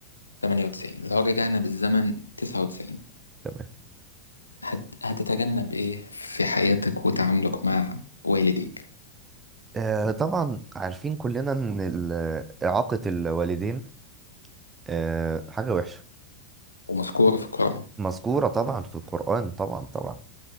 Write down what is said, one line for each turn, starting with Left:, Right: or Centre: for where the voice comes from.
Left: 98 لو رجعنا بالزمن 99
Right: تمام
Left: هت- هتتجنب ايه في حياتك وتعاملك مع والديك
Right: آه، طبعا عارفين كلنا ان ال- اعاقه الوالدين آه، حاجه وحشه
Left: ومذكوره في القرآن
Right: مذكوره طبعا في القران طبعا طبعا